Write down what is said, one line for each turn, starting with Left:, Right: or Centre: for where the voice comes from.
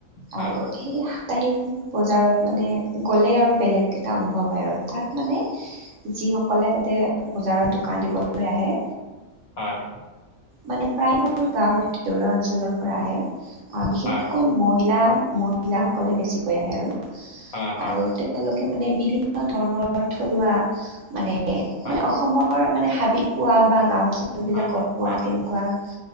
Left: হয়,
Right: আৰু সেই সাপ্তাহিক বজাৰত মানে গ'লে আৰু বেলেগ কেইটা অনুভৱ হয় আৰু তাত মানে যি সকলে তাতে বজাৰত দোকান দিবলৈ আহে
Left: হয়।
Right: মানে প্ৰায়বোৰ গাঁৱৰ ভিতৰুৱা অঞ্চলৰ পৰা আহে। অ বিশেষকৈ
Left: হয়,
Right: মহিলা মহিলাাসকলে বেছিকৈ আহে ন
Left: হয়, হয়,
Right: আৰু তেওঁলোকে মানে বিভিন্ন ধৰণৰ থলুৱা মানে
Left: হয়,
Right: মানে অসমৰ মানে হাবিত পোৱা বা গাও অঞ্চল বিলাকত
Left: হয়। হয়,
Right: তেনেকুৱ